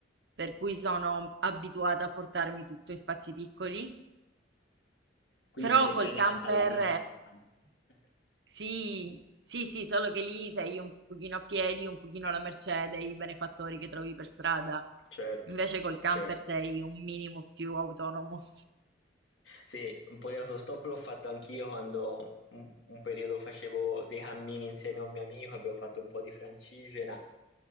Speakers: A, on the right (about 60°); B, on the left (about 70°).
A: per cui sono abituata a portarmi tutto in spazi piccoli.
B: Quindi
A: Però
B: saresti
A: col
B: adatta
A: camper
B: alla vita da camper. <laughs>
A: Sì, sì, sì, solo che lì sei un pochino a piedi, un pochino alla mercé dei benefattori che trovi per strada.
B: Certo,
A: Invece col camper
B: certo.
A: sei un minimo più autonomo.
B: Sì, un po' di autostop l'ho fatto anch'io quando un, un periodo facevo dei cammini insieme a un mio amico, abbiamo fatto un po' di Francigena